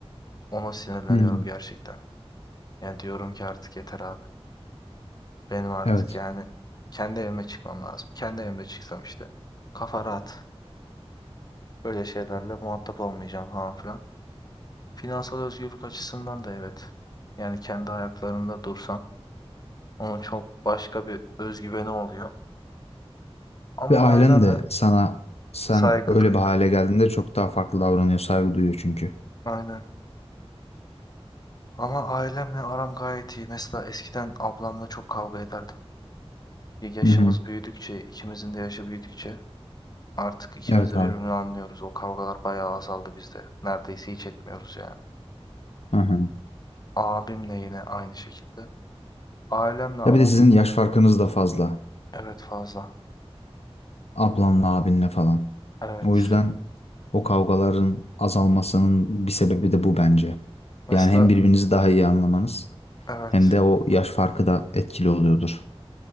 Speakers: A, on the left (about 40°); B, on the left (about 80°).
A: ona sinirleniyorum
B: Hı hı.
A: gerçekten. Yani diyorum ki artık yeter abi. Benim artık
B: Evet.
A: yani kendi evime çıkmam lazım. Kendi evimde çıksam işte kafa rahat. Böyle şeylerle muhatap olmayacağım falan filan. Finansal özgürlük açısından da evet. Yani kendi ayaklarında dursan onun çok başka bir özgüveni oluyor. Ama
B: Ve ailen
A: ailemle
B: de sana sen
A: saygı
B: öyle
A: duyuyor.
B: bir hale geldiğinde çok daha farklı davranıyor, saygı duyuyor çünkü.
A: Aynen. Ama ailemle aram gayet iyi. Mesela eskiden ablamla çok kavga ederdim. Yaşımız
B: Hı hı.
A: büyüdükçe, ikimizin de yaşı büyüdükçe artık ikimiz
B: Evet
A: de
B: abi.
A: birbirini anlıyoruz. O kavgalar bayağı azaldı bizde. Neredeyse hiç etmiyoruz yani.
B: Hı hı.
A: Abimle yine aynı şekilde. Ailemle aram
B: Ya bir de sizin yaş farkınız da fazla.
A: evet fazla.
B: ablanla abinle falan.
A: Evet.
B: O yüzden o kavgaların azalmasının bir sebebi de bu bence.
A: Mesela
B: Yani hem birbirinizi daha iyi anlamanız
A: evet.
B: hem de o yaş farkı da etkili oluyordur.